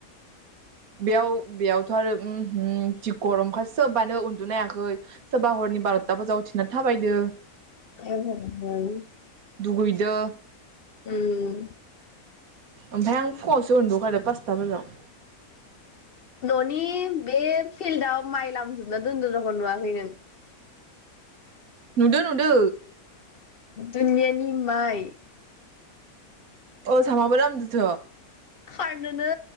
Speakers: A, on the right; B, on the left.
A: बेयाव बेयावथ आरो उम हो जि गरमखा सोबानो उन्दुनो हायाखै सोरबा हरनि बार'था बाजियाव उथिना थाबायदो।
B: ए भग'बान।
A: दुगैदो।
B: उम
A: ओमफाय आं फुङावसो उन्दु कादो पासता बाजायाव।
B: न'नि बे फिल्डाव माइ लामजोबना दोन्दो दख नुवाखै नों?
A: नुदो नुदो।
B: दुनियानि माइ।
A: अ समाबो लामदोंथ
B: खारनोनो